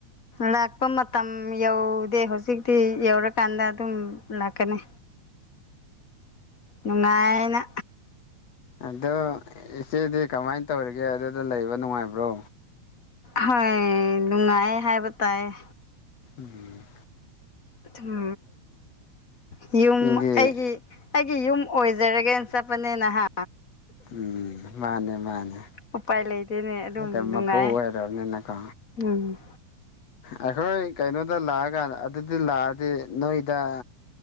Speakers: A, on the left; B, on the left.
A: ꯂꯥꯛꯄ ꯃꯇꯝ ꯌꯧꯗꯦ ꯍꯨꯖꯤꯛꯇꯤ ꯌꯧꯔꯀꯥꯟꯗ ꯑꯗꯨꯝ ꯂꯥꯛꯀꯅꯤ ꯅꯨꯡꯉꯥꯏꯌꯦꯅ
B: ꯑꯗꯣ ꯏꯆꯦꯗꯤ ꯀꯃꯥꯏꯟ ꯇꯧꯔꯤꯒꯦ ꯑꯗꯨꯗ ꯂꯩꯕ ꯅꯨꯡꯉꯥꯏꯕ꯭ꯔꯣ
A: ꯍꯣꯏ ꯅꯨꯡꯉꯥꯏꯌꯦ ꯍꯥꯏꯕ ꯇꯥꯏꯌꯦ
B: ꯎꯝ
A: ꯑꯊꯨꯝ ꯑꯦ ꯌꯨꯝ
B: ꯃꯤꯗꯤ
A: ꯑꯩꯒꯤ ꯑꯩꯒꯤ ꯌꯨꯝ ꯑꯣꯏꯖꯔꯒꯦꯅ ꯆꯠꯄꯅꯦꯅ ꯍꯥ
B: ꯎꯝ ꯃꯥꯅꯦ ꯃꯥꯅꯦ
A: ꯎꯄꯥꯏ ꯂꯩꯇꯦꯅꯦ ꯑꯗꯨꯝ
B: ꯍꯣꯏꯗ
A: ꯅꯨꯡꯉꯥꯏ
B: ꯃꯄꯣ ꯑꯣꯏꯔꯝꯅꯤꯅ ꯀꯣ
A: ꯎꯝ
B: ꯑꯩꯈꯣꯏ ꯀꯩꯅꯣꯗ ꯂꯥꯛꯑꯀꯥꯟꯗ ꯑꯗꯨꯗꯤ ꯂꯥꯛꯑꯗꯤ ꯅꯣꯏꯗ ꯑ